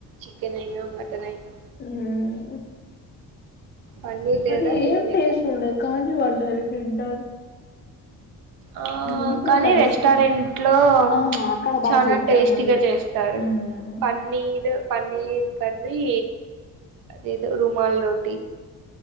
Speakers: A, on the right (about 70°); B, on the left (about 30°).
A: చికెన్ అయినా మటన్ అయినా
B: మ్మ్
A: పన్నీర్ లేదా
B: అది
A: మిల్
B: ఏం
A: మేకర్
B: టేస్ట్ ఉండదు కానీ వాళ్ళ అది తింటారు
A: ఆ
B: ఏమో
A: కానీ
B: నాకది
A: రెస్టారెంట్లో
B: ఇష్టం. ఆ! అక్కడ బా
A: చాలా
B: చేస్తారు
A: టేస్టీగా
B: మళ్ళీ.
A: చేస్తారు
B: హ్మ్.
A: పన్నీర్ పన్నీర్ కర్రీ అదేదో రుమల్ రొటీ